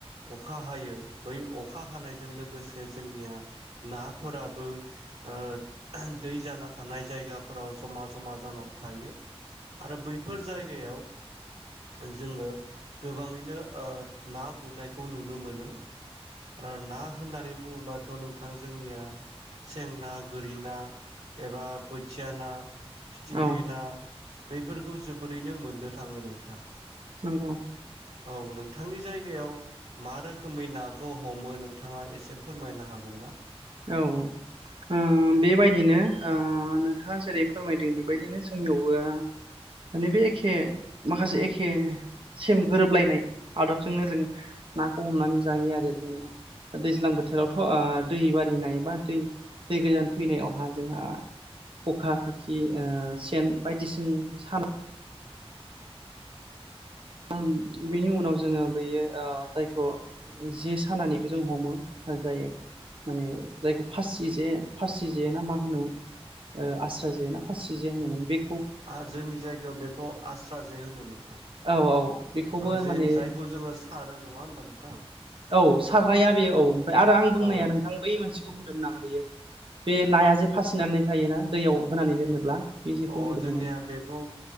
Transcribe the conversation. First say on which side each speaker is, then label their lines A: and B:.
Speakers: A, on the right (about 85°); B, on the right (about 55°).
A: अखा हायो बै अखा हानायजों लोगोसे जोंनिया नाफोराबो ओ दै जाना थानाय जायगाफोराव जमा जमा जाना थायो। आरो बैफोर जायगायाव जोङो गोबाङैनो ओ ना गुरनायखौ नुनो मोनो। आरो ना होननानै बुङोबाथ' नोंथां जोंनिया सें ना, गोरि ना, एबा बोथिया ना फिथिख्रि
B: औ
A: ना बेफोरखौ जोबोरैनो मोननो थाङो नोंथां।
B: नंगौ
A: औ नोंथांनि जायगायाव मा रोखोमै नाखौ हमो नोंथाङा एसे फोरमायनो हागोन ना?
B: औ। ओ बेबायदिनो ओ नोंथाङा जेरै फोरमायदों बेबायदिनो जोंनियावबो माने बे एखे माखासे एखे सेम गोरोबलायनाय आदबजोंनो जों नाखौ हमनानै जायो आरो। जोङो दैज्लां बोथोरावथ' ओ दैबारि फैनाय बा दै-दै गोदान फैनायावहा जोंहा ख'खा खाखि ओ सेन बायदिसिन साना ओं। बेनि उनाव जोङो बैयो ओ जायखौ जे सानानैबो जों हमो होजायो माने जायखौ फासि जे फासि जे ना मा होनोम आस्रा जे ना फासि जे होनोमोन बे
A: आ जोंनि जायगायाव बेखौ आस्रा जे होनो नोंथां। ओ
B: औ औ बेखौबो
A: जे
B: माने
A: जायखौ जोङो सारो नङा होमबा नोंथां?
B: औ सारनाया बेयो औ। आरो आं बुंनाया
A: औ
B: नोंथां बै मोनसे खौ होनदोंमोन आं बेयो बे नाया जे फासिनानै थायोना दैयाव होनानै दोनोब्ला बे जेखौ
A: अ
B: होनदोंमोन
A: जोंनिया बेखौ